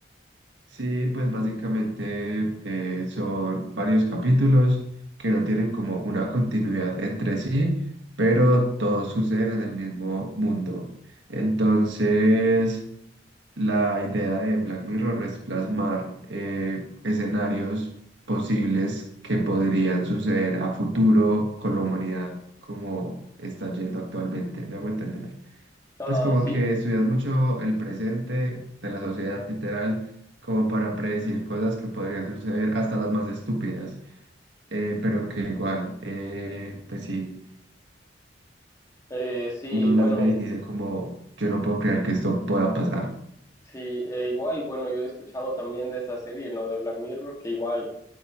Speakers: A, on the right; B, on the left.
A: Sí, pues básicamente eh, son varios capítulos que no tienen como una continuidad entre sí, pero todos suceden en el mismo mundo. Entonces, la idea de Black Mirror es plasmar eh, escenarios posibles que podrían suceder a futuro con la humanidad como está yendo actualmente. ¿Me hago entender?
B: Ah,
A: pues como
B: sí.
A: que estudias mucho el presente de la sociedad literal, como para predecir cosas que podrían suceder, hasta las más estúpidas, eh, pero que igual, eh, pues sí,
B: Eh, sí,
A: uno las
B: bueno,
A: ve y dice como, yo no puedo creer que esto pueda pasar,
B: Sí, eh, igual, bueno, yo he escuchado también de esa serie, ¿no? De Black Mirror, que igual,